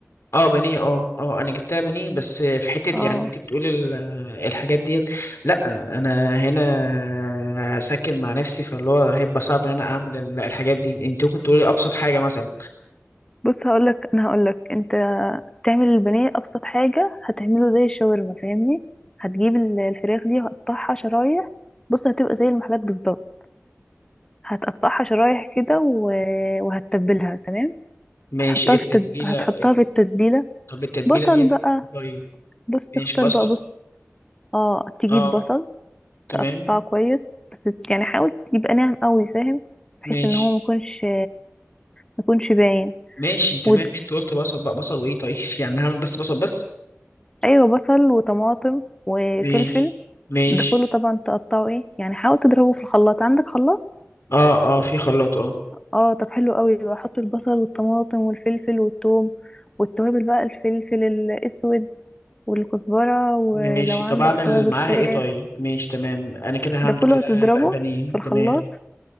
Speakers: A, on the left (about 55°); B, on the left (about 15°).
A: اه بانيه اه اه انا جبتها بانيه بس في حته
B: اه
A: يعني انت بتقولي ال- الحاجات ديت لا انا هنا ساكن مع نفسي فاللي هو هيبقى صعب ان انا اعمل ال- الحاجات دي انت ممكن تقولي ابسط حاجه مثلا
B: بص هقولك انا هقولك انت تعمل البانيه ابسط حاجه هتعمله زي الشاورما فاهمني هتجيب ال- الفراخ دي وهتقطعها شرايح بص هتبقى زي المحلات بالظبط هتقطعها شرايح كده و... وهتتبلها تمام
A: ماشي
B: هتحطها
A: التتبيله
B: في التد... هتحطها في التتبيله
A: طب التتبيله
B: بصل
A: ديت
B: بقى
A: طيب
B: بص
A: ماشي
B: اختار
A: بصل
B: بقى بص اه تجيب
A: اه
B: بصل
A: تمام
B: تقطعه كويس بس يعني حاول يبقى ناعم قوي فاهم بحيث
A: ماشي
B: ان هو ميكونش ميكونش باين
A: ماشي تمام
B: وت...
A: انت قلت بصل بقى بصل وايه طيب <laughs> يعني هعمل بس بصل بس
B: ايوه بصل وطماطم وفلفل
A: ماشي ماشي
B: ده كله طبعا تقطعه ايه يعني حاول تضربه في الخلاط عندك خلاط
A: اه اه في خلاط اه
B: اه طب حلو قوي بقى حط البصل والطماطم والفلفل والثوم والتوابل بقى الفلفل الاسود والكزبره ولو
A: ماشي
B: عندك
A: طب اعمل
B: توابل
A: معاها
B: فراخ
A: ايه طيب ماشي تمام انا كده هعمل
B: ده كله
A: كده
B: هتضربه
A: بقى بانيه
B: في الخلاط
A: تمام